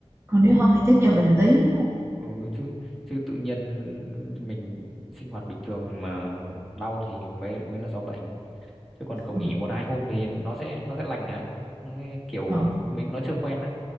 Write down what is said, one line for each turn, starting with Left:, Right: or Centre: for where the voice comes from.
Right: còn nếu
Centre: chứ
Right: không thì chắc do bệnh lý đúng không
Centre: ừ, chứ chứ tự nhiên mình sinh hoạt bình thường mà đau thì mới mới là do bệnh chứ còn cậu
Right: ờ
Centre: nghỉ một hai hôm thì nó sẽ nó sẽ lành á nó sẽ kiểu
Right: ờ
Centre: mình nó chưa quen á